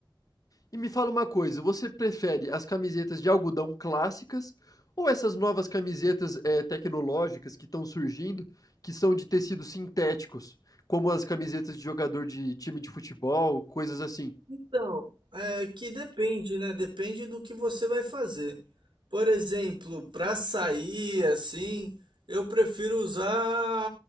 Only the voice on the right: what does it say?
Então, é que depende, né? Depende do que você vai fazer. Por exemplo, para sair assim, eu prefiro usar